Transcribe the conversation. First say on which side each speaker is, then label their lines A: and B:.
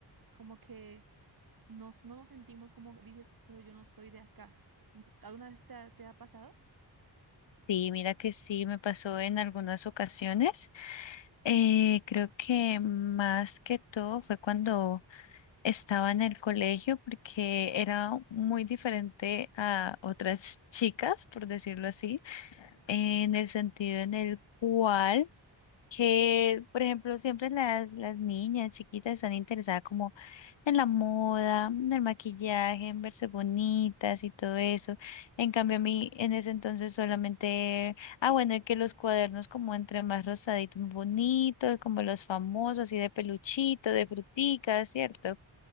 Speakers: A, on the right; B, on the left.
A: Como que nos, no nos sentimos como dices, pero yo no soy de acá. No sé, ¿Alguna vez te, ha- te ha pasado?
B: Sí, mira que sí, me pasó en algunas ocasiones. Eh, creo que más que todo fue cuando estaba en el colegio porque era muy diferente a otras chicas, por decirlo así, en el sentido en el cual... que, por ejemplo, siempre las, las niñas chiquitas están interesadas como en la moda, en el maquillaje, en verse bonitas y todo eso. En cambio, a mí en ese entonces solamente, ah, bueno, y que los cuadernos como entre más rosaditos, bonitos, como los famosos, así de peluchito, de fruticas, ¿cierto?